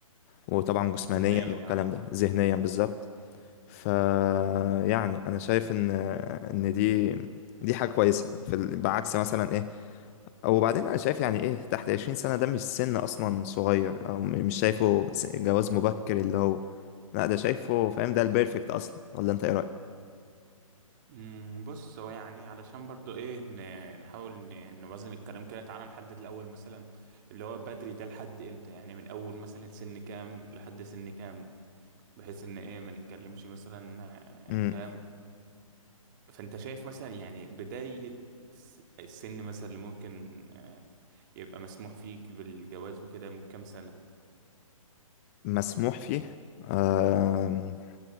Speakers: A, on the left; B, on the right.
A: وطبعا جسمانيا
B: ذهنيا
A: والكلام
B: يعني
A: ده ذهنيا
B: مم.
A: بالظبط ف يعني انا شايف ان ان دي دي حاجه كويسه في ال- بعكس مثلا ايه وبعدين انا شايف يعني ايه تحت 20 سنة ده مش سن اصلا صغير او م- مش شايفه س- جواز مبكر اللي هو لا ده شايفه فاهم ده البيرفكت اصلا ولا انت ايه رأيك
B: مم، بص هو يعني علشان برضو ايه ن- نحاول ن- نوازن الكلام كده تعالى نحدد الاول مثلا اللي هو بدري ده لحد امتى يعني من اول مثلا سن كام لحد سن كام بحيث ان ايه ما نتكلمش مثلا
A: امم
B: آه، فاهم فانت شايف مثلا يعني بداية الس- السن مثلا اللي ممكن آه، يبقى مسموح فيك بالجواز وكده من كام سنة
A: مسموح فيه آم،